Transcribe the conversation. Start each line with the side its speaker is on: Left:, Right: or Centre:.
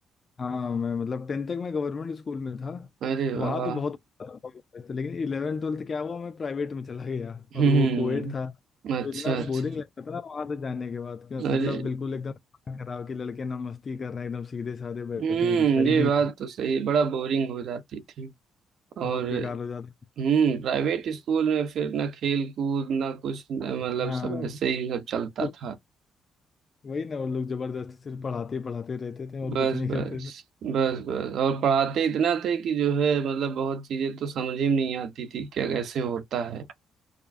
Left: हाँ मैं मतलब टेंथ तक मैं गवर्नमेंट स्कूल में था
Right: अरे
Left: तो
Right: वाह
Left: वहाँ तो बहुत था लेकिन इलेवन ट्वेल्थ क्या हुआ मैं प्राइवेट में चला गया और
Right: हम्म
Left: वो कोएड था
Right: अच्छा
Left: तो इतना
Right: अच्छा
Left: बोरिंग लगता था ना वहाँ से जाने के बाद कि मतलब
Right: अरे
Left: बिल्कुल एकदम दिमाग खराब कि लड़के ना मस्ती कर रहे हैं एकदम सीधे साधे बैठे
Right: हम्म
Left: हैं कुछ कर ही
Right: ये
Left: नहीं
Right: बात तो सही है बड़ा बोरिंग हो जाती थी और
Left: बहुत बेकार हो जाते थे।
Right: हम्म प्राइवेट स्कूल में फिर ना खेल कूद ना कुछ ना मतलब
Left: हाँ
Right: सब ऐसे ही सब चलता
Left: कुछ
Right: था
Left: वही ना वो लोग जबरदस्ती सिर्फ पढ़ाते ही पढ़ाते रहते थे और
Right: बस
Left: कुछ नहीं
Right: बस
Left: करते थे
Right: बस बस और पढ़ाते इतना थे कि जो है मतलब बहुत चीजें तो समझ ही नहीं आती थी क्या कैसे होता है